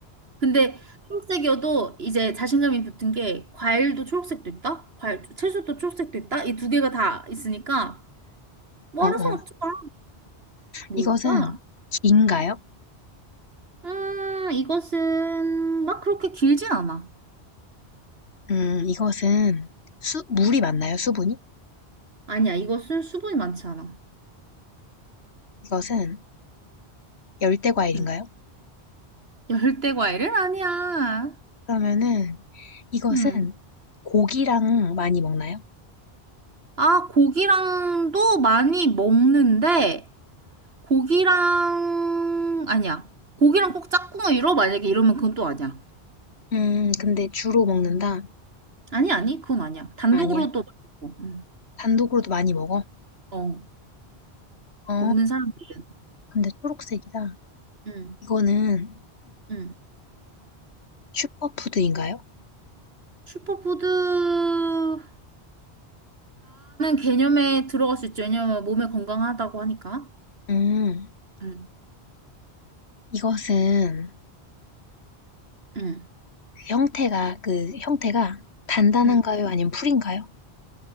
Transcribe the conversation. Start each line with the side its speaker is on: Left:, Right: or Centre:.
Right: 근데 초록색이어도 이제 자신감이 붙은 게 과일도 초록색도 있다. 과일 채소도 초록색도 있다. 이 두 개가 다 있으니까 뭐
Left: 어,
Right: 알아서
Left: 어.
Right: 맞춰봐. 뭘까?
Left: 이것은 긴가요?
Right: 음 이것은 막 그렇게 길진 않아.
Left: 음, 이것은 수, 물이 맞나요? 수분이?
Right: 아니야 이것은 수분이 많지 않아.
Left: 이것은 열대 과일인가요?
Right: 음. 열대 과일은 아니야.
Left: 그러면은 이것은
Right: 음.
Left: 고기랑 많이 먹나요?
Right: 아, 고기랑도 많이 먹는데, 고기랑, 아니야. 고기랑 꼭 짝꿍을 이뤄? 만약에 이러면 그건 또 아니야.
Left: 음, 근데 주로 먹는다?
Right: 아니, 아니, 그건 아니야. 단독으로도
Left: 아니야.
Right: 먹고, 음.
Left: 단독으로도 많이 먹어?
Right: 어,
Left: 어,
Right: 먹는 사람들은.
Left: 근데 초록색이다.
Right: 음,
Left: 이거는 <clears throat>
Right: 음.
Left: 슈퍼푸드인가요?
Right: 슈퍼푸드라는 개념에 들어갈 수 있죠. 왜냐면 몸에 건강하다고 하니까.
Left: 음,
Right: 음,
Left: 이것은
Right: 음,
Left: 형태가 그 형태가 단단한가요?
Right: 음.
Left: 아니면 풀인가요?